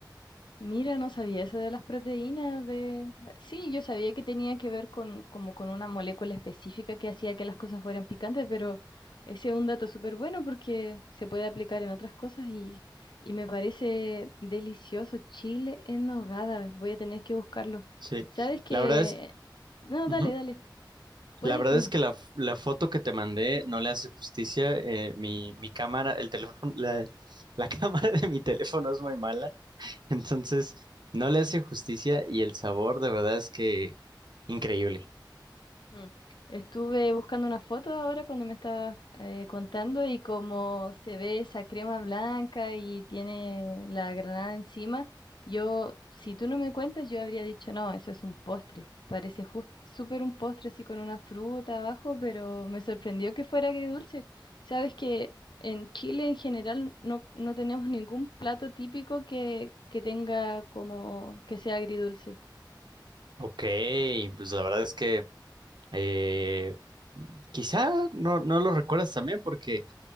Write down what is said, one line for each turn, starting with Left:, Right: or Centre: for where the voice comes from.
Left: Mira, no sabía eso de las proteínas de... Sí, yo sabía que tenía que ver con, como con una molécula específica que hacía que las cosas fueran picantes, pero ese es un dato súper bueno porque se puede aplicar en otras cosas y, y me parece delicioso. Chile en nogada, voy a tener que buscarlo.
Right: Sí,
Left: ¿Sabes qué?
Right: la verdad es,
Left: No,
Right: ujú.
Left: dale, dale, puedes
Right: La verdad
Left: decirme.
Right: es que la, f- la foto que te mandé no le hace justicia. eh, mi, mi cámara, el teléfono, la, la <laughs> cámara de mi teléfono es muy mala. <laughs> Entonces, no le hace justicia y el sabor de verdad es que increíble.
Left: Mm. Estuve buscando una foto ahora cuando me estabas eh, contando y como se ve esa crema blanca y tiene la granada encima, yo, si tú no me cuentas, yo habría dicho, no, eso es un postre. Parece justo súper un postre así con una fruta abajo, pero me sorprendió que fuera agridulce. Sabes que en Chile en general no, no tenemos ningún plato típico que, que tenga como que sea agridulce.
Right: Ok, pues la verdad es que eh, quizá no, no lo recuerdas también porque